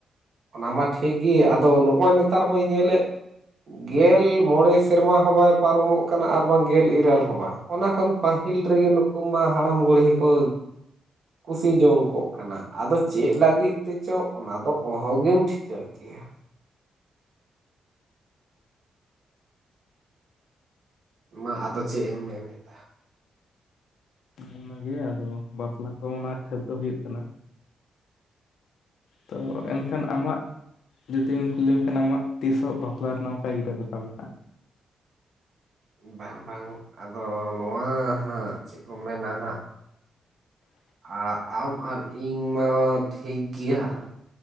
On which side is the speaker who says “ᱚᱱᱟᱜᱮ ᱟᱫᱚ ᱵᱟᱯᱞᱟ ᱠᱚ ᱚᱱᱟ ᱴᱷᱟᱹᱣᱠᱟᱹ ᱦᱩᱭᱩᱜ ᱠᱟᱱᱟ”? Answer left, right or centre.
Left